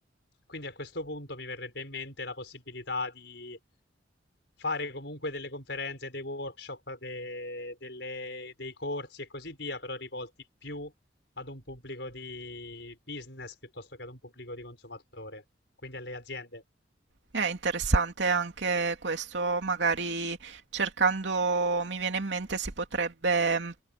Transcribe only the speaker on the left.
Quindi a questo punto mi verrebbe in mente la possibilità di fare comunque delle conferenze, dei workshop, de- delle- dei corsi e così via, però rivolti più ad un pubblico di business piuttosto che ad un pubblico di consumatore, quindi alle aziende.